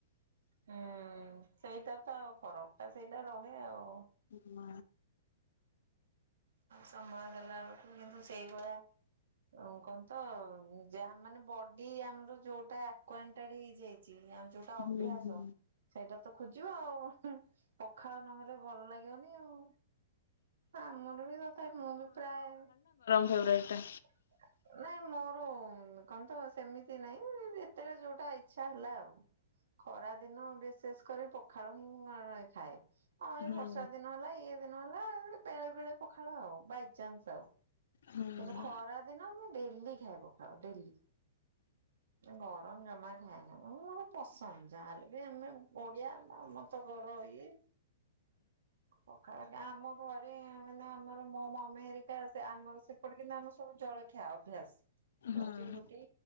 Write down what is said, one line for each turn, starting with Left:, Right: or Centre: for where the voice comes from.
Right: ହୁଁ ସେଇଟା ତ ଆଉ ଫରକ ଟା ସେଇଟା ରହେ ଆଉ।
Left: ହୁଁ।
Right: ସମୟ ଦେଲାବେେଳକୁ କିନ୍ତୁ ସେଇଭଳିଆ କଣ ତ ଯାହା ମାନେ, ବଡି ଆମ ଯୋଉଟା ଆୱାଣ୍ଟଡ ହେଇଯାଇଛି ଆଉ ଯୋଉଟା ଅଭ୍ୟାସ,
Left: ହୁଁ ହୁଁ।
Right: ସେଇଟା ତ ଖୋଜିବ ଆଉ ପଖାଳ ନହେଲେ ଭଲ ଲାଗିବନି ଆଉ। ଆମର ବି ତଥା, ମୁଁ ବି ପ୍ରାୟ
Left: ଫେବରାଏଟ ଟା।
Right: <inaudible> ନାଇଁ ମୋର କଣ ତ ସେମିତି ନାଇଁ ଯେତେବେଳେ ଯୋଉଟା ଇଚ୍ଛା ହେଲା ଆଉ ଖରା ଦିନ ବିଶେଷ କରି ପଖାଳ ମୁଁ ଖାଏ। ହଁ ଏଇ
Left: ହୁଁ
Right: ବର୍ଷା ଦିନ ହେଲା ଇଏ ଦିନ ନହେଲା ବେଳେ ବେଳେ ପଖାଳ ଆଉ ବାଇଚାନ୍ସ ଆଉ
Left: ହୁଁ
Right: କିନ୍ତୁ ଖରା ଦିନ ମୁଁ ଡେଲି ଖାଏ ପଖାଳ ଡେଲି। ଗରମ ଜମା ଖାଏନା ମୁଁ ପସନ୍ଦ ଯାହାହେଲେ ବି ଆମେ ଓଡିଆ ଆମ ତ ଗରମ ଆଉ ପଖାଳଟା ଆମ ଘରେ ମାନେ ଆମର ମୋ ମମି ହେରିକା ଆମର ସେପଟେ କିନ୍ତୁ ଆମର ସବୁ ଜଳଖିଆ ଅଭ୍ୟାସ।
Left: ହୁଁ
Right: ରୁଟି ଫୁଟି